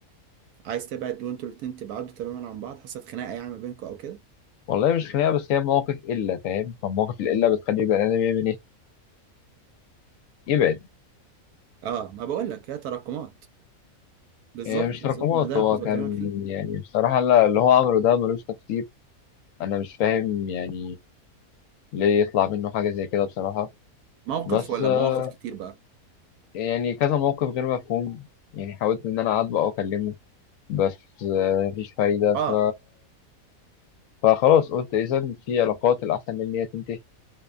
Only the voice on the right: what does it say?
عايز تبعد وانتوا الاتنين تبعدوا تماما عن بعض حصلت خناقه يعني ما بينكم او كده
اه ما بقول لك هي تراكمات بالظبط
بالظبط ما ده
كنت
بكلمك فيه
موقف
ولا
مواقف كتير بقى
اه